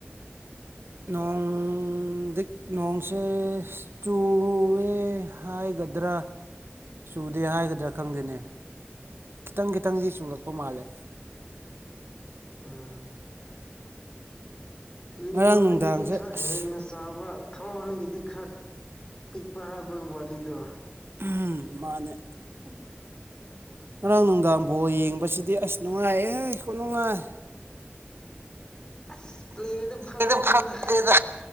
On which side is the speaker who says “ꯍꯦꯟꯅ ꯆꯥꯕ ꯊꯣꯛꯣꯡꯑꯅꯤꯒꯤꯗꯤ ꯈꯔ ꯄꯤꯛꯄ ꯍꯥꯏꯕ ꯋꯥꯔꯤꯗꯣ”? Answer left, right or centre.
Left